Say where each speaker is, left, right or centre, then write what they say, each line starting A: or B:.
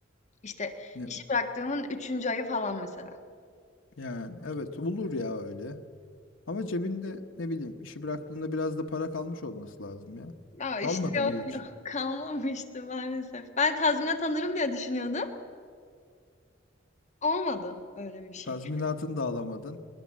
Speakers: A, on the left; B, on the left.
A: İşte,
B: ya
A: işi bıraktığımın üçüncü ayı falan mesela.
B: yani evet olur ya öyle. Ama cebinde ne bileyim işi bıraktığında biraz da para kalmış olması lazım ya.
A: Ya,
B: Kalmadı
A: işte, yok,
B: mı hiç?
A: yok, <laughs> kalmamıştı maalesef. Ben tazminat alırım diye düşünüyordum. Olmadı öyle bir şey.
B: Tazminatını da alamadın.